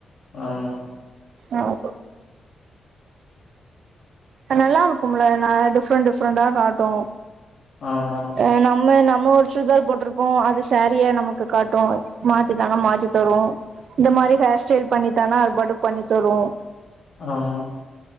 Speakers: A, on the left; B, on the right.
A: ஆமா
B: ஆமா அத் நல்லா இருக்கும்ல நா டிஃப்ரெண்ட் டிஃப்ரெண்டா காட்டு
A: ஆமா
B: அ நம்ம நம்ம ஒரு சுடிதர் போட்ருப்போ அது சேரியா நமக்கு காட்டு மாத்தித்தானா மாத்தி தரு இந்த மாரி ஹேர் ஸ்டைல் பண்ணித்தானா அது பாட்டு பண்ணி தரு
A: ஆமா